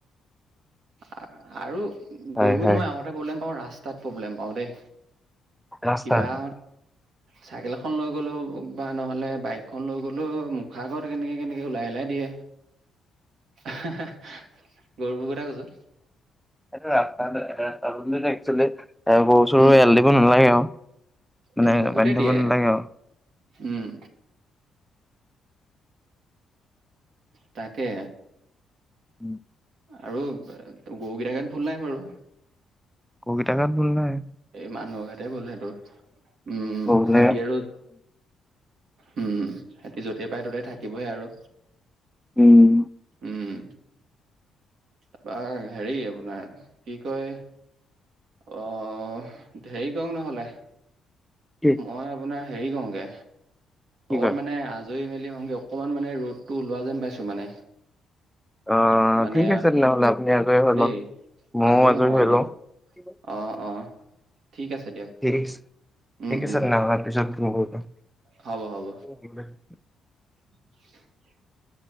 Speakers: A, on the right; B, in the centre.
A: আ-আৰু
B: হয়
A: গৰু
B: হয়
A: মই আগত টা প্ৰব্লেম পাওঁ ৰাস্তাত প্ৰব্লেম পাওঁ দেই,
B: ৰাস্তাত।
A: কিবা
B: <inaudible>
A: চাইকেল এখন লৈ গ'লেও বা নহ'লে বাইকখন লৈ গ'লেও মুখা আাগৰত কেনেকে কেনেকে ওলাই ওলাই দিয়ে।
B: <inaudible>
A: <inaudible> গৰুবোৰ কথা কৈছ।
B: এইটো ৰাস্তাত ৰাস্তাটো একচেলি, এ গৰু চৰু
A: উম
B: এয়াল দিব নালাগে আৰু। মানে
A: এ বহুতে
B: বান্ধি
A: দিয়ে
B: থ'ব নালাগে আৰু।
A: উম। তাকে।
B: <inaudible>
A: আৰু গৰুকেইটা গাত ভুল নাই বাৰু।
B: গৰু কেইটা গাত ভুল নাই।
A: এই, মানুহ গাতে ভুল সেইটো। উম!
B: গৰুলে
A: <unintelligible> আৰু উম, সিহঁতি য'তে পাই, ত'তে থাকিবহে আৰু।
B: উম!
A: উম! তাৰপৰা, সেৰি আপোনাৰ, কি কয়! অ'! সেৰি কওঁক নহ'লে।
B: কি
A: মই আপোনাৰ সেৰি কৰোঁগে।
B: কি
A: মই
B: কয়
A: মানে, আ ধুই-মেলি আহোঙগে। অকমান মানে, ৰ'দটো ওলোৱা যেন পাইছোঁ মানে।
B: অ'!
A: মানে
B: ঠিক আছে, তেনেহ'লে, আপুনি আজৰি হৈ
A: দেই
B: লওঁক। মইয়ো আজৰি
A: হওঁ আৰু
B: হৈ
A: দিয়ক
B: লওঁ। ঠিক
A: অ'! অ'! ঠিক আছে, দিয়ক।
B: ঠিক আছে, ঠিক
A: উম
B: আছে
A: উম
B: তেনেহ'লে, পিছত ফোন কৰিম।
A: হ'ব, হ'ব।
B: <unintelligible>
A: <unintelligible>